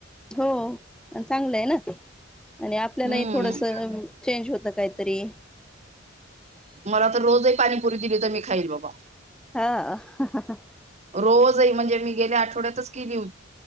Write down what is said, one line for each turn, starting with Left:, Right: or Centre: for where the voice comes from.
Centre: हो चांगलं आहे ना ते आणि आपल्यालाही
Right: हम्म
Centre: थोडसं चेंज होतं काहीतरी
Right: मला तर रोजही पाणीपुरी दिली तर मी खाईल बाबा
Centre: हा
Right: रोजही म्हणजे मी गेले आठ ोडचली हो